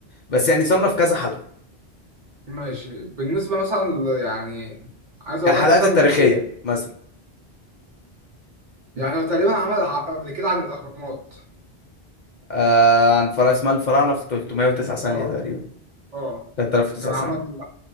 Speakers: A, on the left (about 55°); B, on the right (about 50°).
A: بس يعني صنف كذا حلقة
B: ماشي بالنسبه مثلا ل- يعني عايز
A: يعني
B: اقول
A: الحلقات
B: لك مثلا
A: التاريخية مثلا
B: يعني هو تقريبا عمل ع- قبل كده عن الاهرامات
A: آه عن فرع اسمها الفراعنة في 309 ثانية
B: اه
A: تقريبا
B: اه
A: 3009
B: كان عمل
A: ثانية